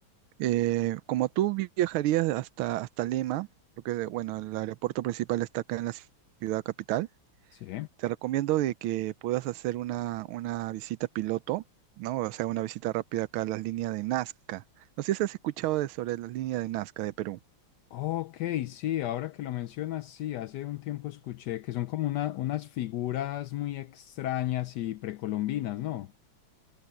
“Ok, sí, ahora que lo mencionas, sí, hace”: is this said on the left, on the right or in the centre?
Left